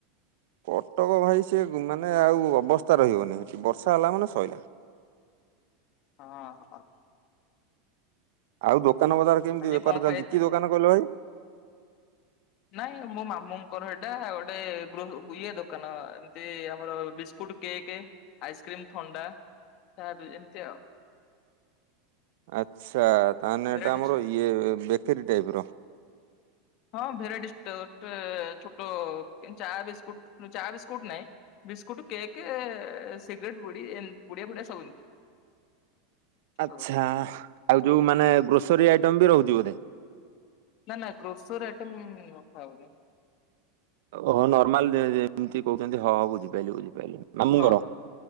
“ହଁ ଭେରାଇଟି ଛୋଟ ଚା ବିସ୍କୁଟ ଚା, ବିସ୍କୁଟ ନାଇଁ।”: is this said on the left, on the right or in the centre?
Left